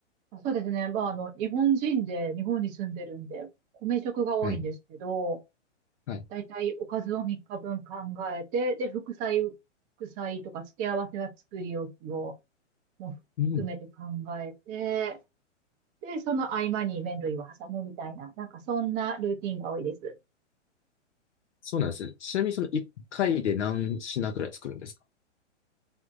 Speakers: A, on the right; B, on the left.
A: あそうですね。まあ、あの、日本人で、日本に住んでるんで、米食が多いんですけど、
B: はい。はい。
A: だいたいおかずを三日分考えて、で、副菜、副菜とか付け合わせは作り置きを、もう含めて考えて、
B: うん。
A: で、その合間に麺類を挟むみたいな、なんかそんなルーティンが多いです。
B: そうなんですね。ちなみにその1回で何品ぐらい作るんですか